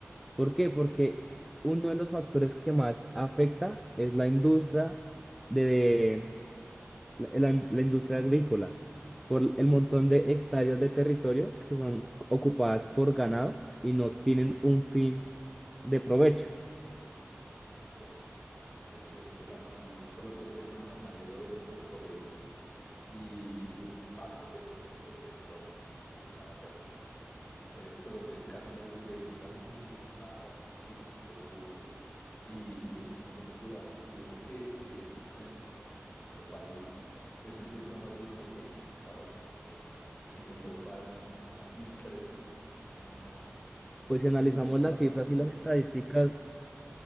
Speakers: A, in the centre; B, on the left (about 30°).
A: ¿Por qué? Porque uno de los factores que más afecta es la industria de la, la- la industria agrícola,
B: sí,
A: por
B: sí, es
A: el montón
B: verdad.
A: de hectáreas de territorio que son ocupadas por ganado y no
B: Sí,
A: tienen un fin de provecho.
B: sí, es cierto. Es cierto, aquí en Colombia el tema ganadero es obsoleto y, y el impacto que eso tiene sobre el entorno es una cosa terrible. Eh, producir carne demanda muchísima agua, muchísimos recursos y, y es una locura. Y eso que, que la industria en, eh, en nuestro país es una industria más bien pequeña, en Estados Unidos y en Europa es una cosa impresionante el tema de la ganadería
A: Pues si analizamos
B: y los impactos
A: las cifras
B: que
A: y
B: eso
A: las
B: tiene.
A: estadísticas,